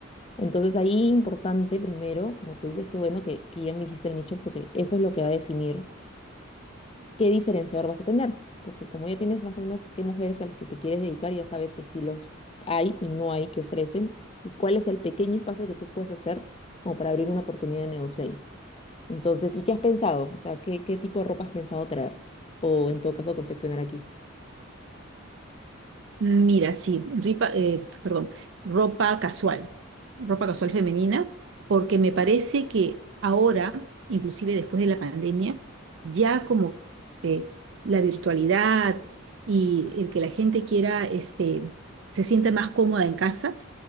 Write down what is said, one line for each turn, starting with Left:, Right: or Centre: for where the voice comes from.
Left: Entonces ahí importante primero, como tú dices, que bueno que, que ya me dijiste el nicho porque eso es lo que va a definir. qué diferenciador vas a tener, porque como ya tienes más o menos qué mujeres a las que te quieres dedicar, ya sabes qué estilos hay y no hay que ofrecen y cuál es el pequeño espacio que tú puedes hacer como para abrir una oportunidad de negocio ahí. Entonces, ¿y qué has pensado? O sea, ¿qué, qué tipo de ropa has pensado traer? O en todo caso, confeccionar aquí.
Right: Mira, sí, ripa- eh, perdón, ropa casual, ropa casual femenina, porque me parece que ahora, inclusive después de la pandemia, ya como que la virtualidad y el que la gente quiera, este, se sienta más cómoda en casa,